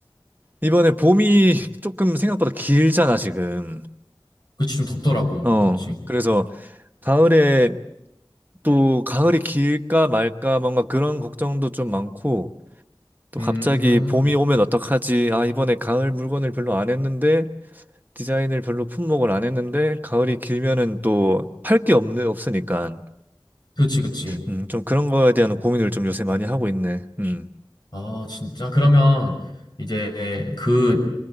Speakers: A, on the right; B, on the left.
A: 이번에 봄이 조금 생각보다 길잖아, 지금.
B: 그치, 좀 덥더라고.
A: 어,
B: 그치.
A: 그래서 가을에 또 가을이 길까 말까 뭔가 그런 걱정도 좀 많고 또
B: 음,
A: 갑자기 봄이 오면 어떡하지? 아, 이번에 가을 물건을 별로 안 했는데 디자인을 별로 품목을 안 했는데 가을이 길면은 또 팔게 없네, 없으니까.
B: 그치, 그치.
A: 음, 좀 그런 거에 대한 고민을 좀 요새 많이 하고 있네. 음.
B: 아, 진짜? 그러면
A: 음,
B: 이제 그